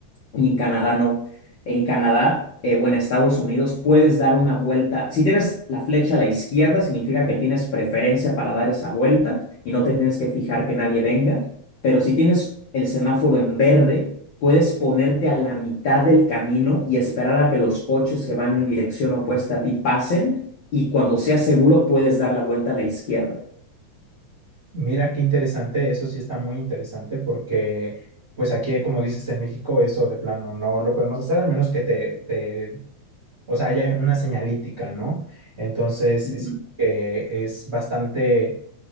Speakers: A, on the left; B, on the right.
A: y en Canadá no. En Canadá eh, o en Estados Unidos puedes dar una vuelta. Si tienes la flecha a la izquierda, significa que tienes preferencia para dar esa vuelta y no te tienes que fijar que nadie venga. Pero si tienes el semáforo en verde, puedes ponerte a la mitad del camino y esperar a que los coches que van en dirección opuesta a ti pasen y cuando sea seguro puedes dar la vuelta a la izquierda.
B: Mira qué interesante, eso sí está muy interesante porque pues aquí, como dices, en México eso de plano no lo podemos hacer, al menos que te, te- o sea, haya una señalítica, ¿no? Entonces,
A: Ujú,
B: es, que es bastante